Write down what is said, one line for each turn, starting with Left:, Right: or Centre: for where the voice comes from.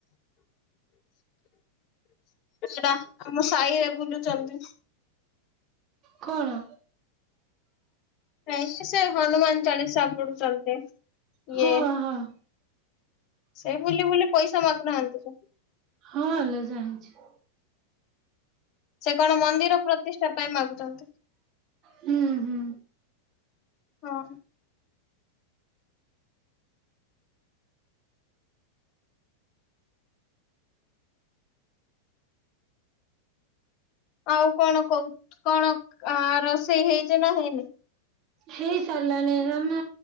Left: ସେଟା ଆମ ସାହିରେ ବୁଲୁଛନ୍ତି।
Right: କଣ?
Left: ନାଇ ସେ ହନୁମାନ ଚାଳିଶା ପଢୁଛନ୍ତି।
Right: ହଁ
Left: ଇଏ
Right: ହଁ।
Left: ସେ ବୁଲି ବୁଲି ପଇସା ମାଗୁନାହାନ୍ତି ତ।
Right: ହଁ ଲୋ ଜାଣିଛି।
Left: ସେ କଣ ମନ୍ଦିର ପ୍ରତିଷ୍ଠା ପାଇଁ ମାଗୁଛନ୍ତି।
Right: ହୁଁ ହୁଁ।
Left: ହଁ। ଆଉ କଣ କହୁ କଣ ଆ ରୋଷେଇ ହେଇଛି ନା ହେଇନି।
Right: ହେଇସାରିଲାଣି ଲୋ ମା